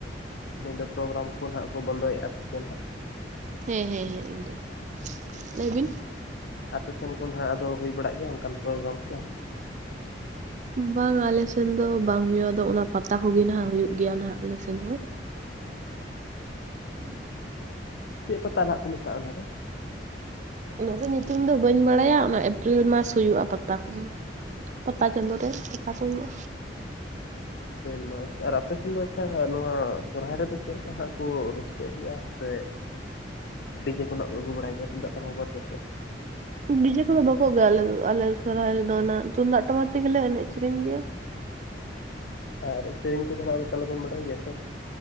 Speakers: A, on the left; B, on the right.
A: ᱧᱤᱫᱟᱹ ᱯᱨᱳᱜᱨᱟᱢ ᱠᱚ ᱱᱟᱦᱟᱜ ᱠᱚ ᱵᱚᱱᱫᱚᱭᱮᱫ-ᱟ ᱥᱮ ᱪᱮ ᱱᱟᱦᱟᱜ᱾
B: ᱦᱮᱸ ᱦᱮᱸ ᱦᱮᱸ ᱮᱠᱫᱚᱢ, ᱞᱟᱹᱭ ᱵᱤᱱ᱾
A: ᱟᱯᱮ ᱥᱮᱱ ᱠᱚᱱ ᱦᱟᱸᱜ ᱟᱫᱚ ᱦᱩᱭ ᱵᱟᱲᱟᱜ ᱜᱮᱭᱟ ᱚᱱᱠᱟᱱ ᱯᱨᱳᱜᱨᱟᱢ ᱠᱚᱫᱚ?
B: ᱵᱟᱝ ᱟᱞᱮ ᱥᱮᱱ ᱫᱚ ᱵᱟᱝ ᱦᱩᱭᱩᱜ-ᱟ, ᱟᱫᱚ ᱚᱱᱟ ᱯᱟᱛᱟ ᱠᱚᱜᱮ ᱱᱟᱦᱟᱜ ᱦᱩᱭᱩᱜ ᱜᱮᱭᱟ ᱱᱟᱜ ᱟᱞᱮ ᱥᱮᱱ ᱦᱚᱸ᱾ <unintelligible>
A: ᱪᱮᱫ ᱯᱟᱛᱟ ᱦᱟᱸᱜ ᱠᱚ ᱢᱮᱛᱟᱜ-ᱟ ᱚᱱᱟ ᱫᱚ?
B: ᱚᱱᱟ ᱫᱚ ᱧᱩᱛᱩᱢ ᱫᱚ ᱵᱟᱹᱧ ᱵᱟᱲᱟᱭᱟ, ᱚᱱᱟ ᱮᱯᱨᱤᱞ ᱢᱟᱥ ᱦᱩᱭᱩᱜ-ᱟ ᱯᱟᱛᱟ ᱠᱚᱫᱚ᱾ ᱯᱟᱛᱟ ᱪᱟᱸᱫᱳ ᱨᱮ ᱯᱟᱛᱟ ᱪᱟᱸᱫᱳ᱾
A: ᱮᱯᱨᱤᱞ ᱢᱟᱥ, ᱟᱨ ᱟᱯᱮ ᱥᱮᱱ ᱫᱚ ᱟᱪᱪᱷᱟ ᱱᱚᱣᱟ ᱥᱚᱦᱟᱭ ᱨᱮᱫᱚ ᱪᱮᱫ ᱞᱮᱠᱟ ᱱᱟᱜ ᱠᱚ ᱨᱟᱹᱥᱠᱟᱹᱜ ᱜᱮᱭᱟ ᱥᱮ, ᱰᱤᱡᱮ ᱠᱚ ᱱᱟᱜ ᱠᱚ ᱟᱹᱜᱩ ᱵᱟᱲᱟᱭ ᱜᱮᱭᱟ ᱛᱩᱢᱫᱟᱜ, ᱴᱟᱢᱟᱠ ᱵᱟᱫ ᱠᱟᱛᱮᱫ᱾
B: ᱰᱤᱡᱮ ᱠᱚᱫᱚ ᱵᱟᱠᱚ ᱟᱹᱜᱩᱭᱟ ᱟᱞᱮ ᱟᱞᱮ ᱥᱚᱦᱨᱟᱭ ᱨᱮᱫᱚ, ᱚᱱᱟ ᱛᱩᱢᱫᱟᱜ, ᱴᱟᱢᱟᱠ ᱛᱮᱜᱮ ᱞᱮ ᱮᱱᱮᱡ ᱥᱮᱨᱮᱧ ᱜᱮᱭᱟ᱾
A: ᱟᱨ ᱥᱮᱨᱮᱧ ᱠᱚᱫᱚ ᱱᱟᱜ ᱛᱟᱦᱚᱞᱮ ᱵᱚᱱ ᱵᱟᱲᱟᱭ ᱜᱮᱭᱟ ᱥᱮ?